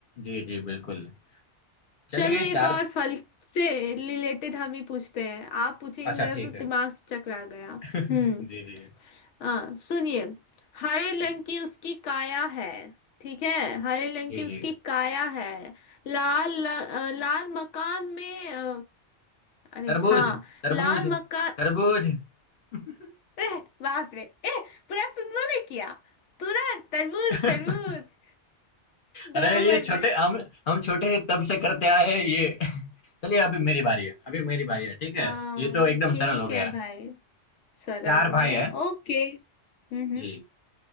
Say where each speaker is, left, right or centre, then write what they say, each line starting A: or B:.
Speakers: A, on the left; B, on the left.
A: जी जी बिल्कुल चलिए
B: चलो एक
A: चार
B: और फल से रिलेटेड हम ही पूछते हैं आप पूछेंगे
A: अच्छा
B: मेरा
A: ठीक
B: तो
A: है
B: दिमाग से चकरा गया
A: <laughs>
B: हम्म
A: जी जी
B: हाँ सुनिए हरे
A: जी
B: रंग की उसकी काया है ठीक है हरे रंग
A: जी
B: की उसकी
A: जी
B: काया है लाल ल- अ, लाल मकान में अ, अरे
A: तरबूज
B: हाँ
A: तरबूज
B: लाल मकान
A: तरबूज <laughs>
B: एह बाप रे एह पूरा सुन ने किया पूरा तरबूज
A: <laughs>
B: तरबूज
A: अरे
B: दो
A: ये
B: बन
A: छोटे
B: गए
A: हम हम छोटे हैं तब से करते आए हैं ये चलिए अभी मेरी बारी है अभी मेरी बारी है ठीक है
B: हाँ
A: ये तो एकदम
B: ठीक
A: सरल हो गया
B: है भाई सरल
A: चार
B: हो
A: भाई
B: गया
A: है
B: ओके हम्म
A: जी